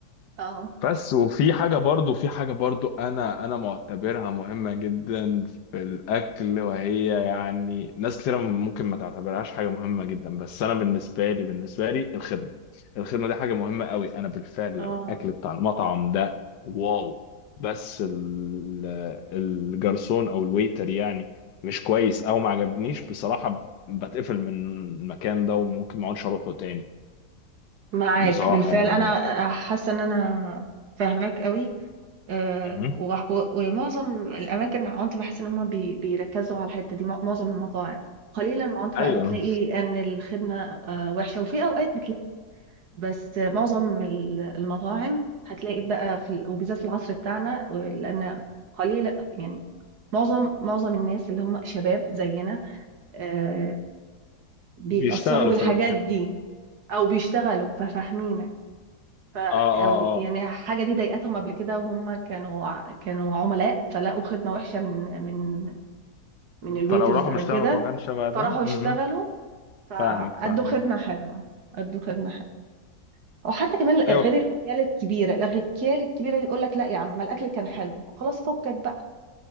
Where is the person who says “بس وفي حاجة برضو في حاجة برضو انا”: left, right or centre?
Left